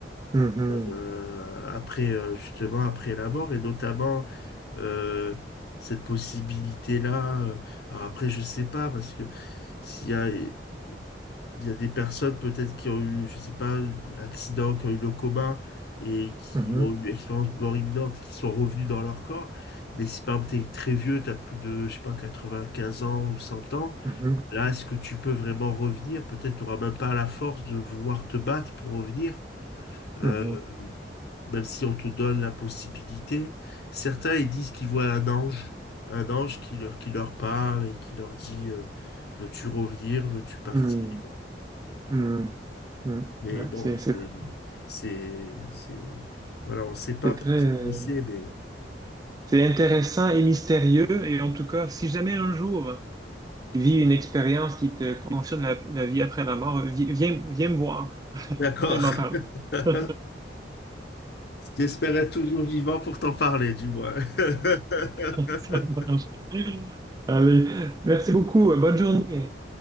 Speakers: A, on the right; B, on the left.
A: mhm,
B: euh, après euh, justement après la mort et notamment euh, cette possibilité-là. euh, Alors après, je sais pas parce que s'il y a, il y a des personnes peut-être qui ont eu, je sais pas, accident, qui ont eu le coma et qui
A: mhm,
B: ont eu expérience de mort imminente, qui sont revenus dans leur corps. Mais si par exemple t'es très vieux, t'as plus de, je sais pas, quatre-vingt quinze ans ou 100 ans,
A: mhm,
B: là, est-ce que tu peux vraiment revenir? Peut-être t'auras même pas la force de vouloir te battre pour revenir. euh,
A: mhm,
B: même si on te donne la possibilité. Certains, ils disent qu'ils voient un ange, un ange qui leur, qui leur parle et qui leur dit, euh, veux-tu revenir, veux-tu partir?
A: mhm, mhm. Mm.
B: Mais
A: Ouais,
B: bon,
A: c'est
B: c'est,
A: c'est très,
B: c'est, c'est, voilà, on ne sait pas
A: c'est
B: parce
A: très, euh,
B: personne ne sait, mais
A: c'est intéressant et mystérieux. Et en tout cas, si jamais un jour tu vis une expérience qui te confirme la, la vie après la mort, vi- viens, viens me voir
B: d'accord.
A: et m'en parler.
B: <laughs>
A: <laughs>
B: J'espérais toujours vivant pour t'en parler, du moins. <laughs>
A: Ça marche. Allez, merci beaucoup. Bonne journée.